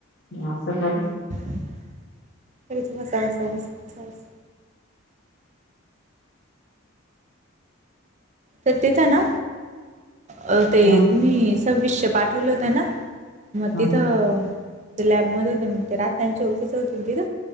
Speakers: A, on the left (about 55°); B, on the right (about 35°).
A: नी असं तर
B: लगेच वसा वसा वसा वसा वस तर तेथं ना अ ते
A: हम्म
B: तुम्ही विष्य पाठवले होते ना मग
A: हम्म
B: तिथं ते लॅब मध्ये होते म्हण रात त्यांची आळखीचे होतीती ना